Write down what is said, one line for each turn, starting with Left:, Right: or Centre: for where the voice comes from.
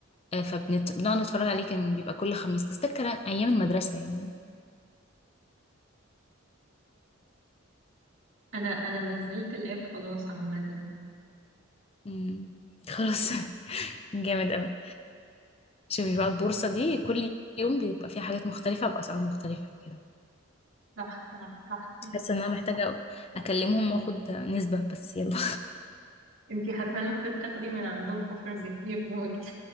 Left: آه فبنقعد نتفرج عليه كان بيبقى كل خميس بس ده كان ايام المدرسة يعني
Right: انا انا نزلت الاب خلاص عامه
Left: مم. خلاص <laughs> جامد قوي شوفي بقى البورصة دي كل يوم بيبقى فيها حاجات مختلفة بأسعار مختلفة وكده
Right: تحفه تحفه
Left: حاسة ان انا محتاجة اكلمهم واخد نسبة بس يلا
Right: انتي حرفيا المفروض تاخدي من عندهم اوفرز كتير موت